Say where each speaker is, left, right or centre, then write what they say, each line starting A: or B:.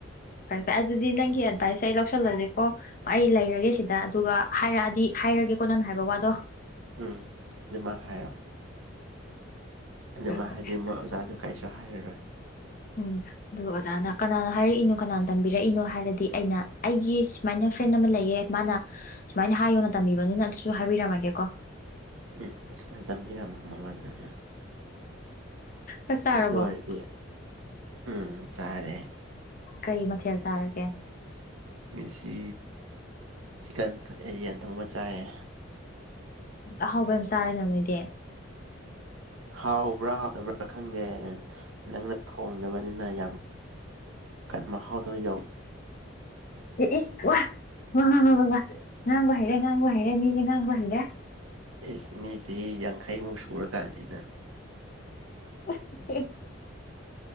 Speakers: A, on the left; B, on the right.
A: ꯐꯩ ꯐꯩ ꯑꯗꯨꯗꯤ ꯅꯪꯒꯤ ꯑꯦꯗꯚꯥꯏꯁꯦ ꯑꯩ ꯂꯧꯁꯜꯂꯒꯦꯀꯣ ꯑꯩ ꯂꯩꯔꯒꯦ
B: ꯎꯝ
A: ꯁꯤꯗ ꯑꯗꯨꯒ ꯍꯥꯏꯔꯛꯑꯗꯤ ꯍꯥꯏꯔꯒꯦ ꯀꯣ ꯅꯪꯅ ꯍꯥꯏꯕ ꯋꯥꯗꯣ
B: ꯎꯝ ꯑꯗꯨꯃꯥꯏ ꯍꯥꯏꯔꯣ ꯑꯗꯨꯃꯥꯏ
A: ꯍꯣꯏ ꯍꯣꯏ
B: ꯍꯥꯏꯔꯗꯤ ꯃꯣꯏ ꯑꯣꯖꯥꯗꯨ ꯀꯩꯁꯨ ꯍꯥꯏꯔꯔꯣꯏ
A: ꯎꯝ ꯑꯗꯨꯒ ꯑꯣꯖꯥꯅ ꯀꯅꯥꯅ ꯍꯥꯏꯔꯛꯏꯅꯣ ꯀꯅꯥꯅ ꯇꯝꯕꯤꯔꯛꯏꯅꯣ ꯍꯥꯏꯔꯗꯤ ꯑꯩꯅ ꯑꯩꯒꯤ ꯁꯨꯃꯥꯏꯅ ꯐ꯭ꯔꯦꯟ ꯑꯃ ꯂꯩꯌꯦ ꯃꯥꯅ ꯁꯨꯃꯥꯏꯅ ꯍꯥꯏꯌꯣꯅ ꯇꯝꯕꯤꯕꯅꯤꯅ ꯑꯗꯨꯁꯨ ꯍꯥꯏꯕꯤꯔꯝꯃꯒꯦ ꯀꯣ
B: ꯎꯝ ꯁꯨꯃꯥꯏꯅ ꯇꯝꯕꯤꯔꯝꯃꯣ ꯃꯉꯣꯟꯗ ꯎꯝ
A: ꯆꯥꯛ ꯆꯥꯔꯕꯣ
B: ꯑꯗꯨ ꯑꯣꯏꯔꯗꯤ ꯎꯝ ꯆꯥꯔꯦ
A: ꯀꯩ ꯃꯊꯦꯜ ꯆꯥꯔꯒꯦ
B: ꯉꯁꯤ ꯆꯤꯛꯀꯟ ꯊꯣꯡ ꯑꯌꯦꯟ ꯊꯣꯡꯕ ꯆꯥꯏꯌꯦ
A: ꯑꯍꯥꯎꯕ ꯌꯥꯝ ꯆꯥꯔꯦꯅ ꯅꯣꯏꯗꯤ
B: ꯍꯥꯎꯕ꯭ꯔꯥ ꯍꯥꯎꯇꯕ꯭ꯔꯥ ꯈꯪꯗꯦ ꯅꯪꯅ ꯊꯣꯡꯗꯕꯅꯤꯅ ꯌꯥꯝ ꯀꯟ ꯃꯍꯥꯎꯗꯕ ꯌꯧꯋ
A: ꯑꯦ ꯏꯁ ꯋꯥ ꯋꯥ ꯋꯥ ꯉꯥꯡꯕ ꯍꯩꯔꯦ ꯉꯥꯡꯕ ꯍꯩꯔꯦ ꯃꯤꯗꯤ ꯉꯥꯡꯕ ꯍꯩꯔꯦ
B: ꯏꯁ ꯃꯤ ꯆꯍꯤ ꯌꯥꯡꯈꯩꯃꯨꯛ ꯁꯨꯔꯀꯥꯟꯁꯤꯗ
A: <unintelligible>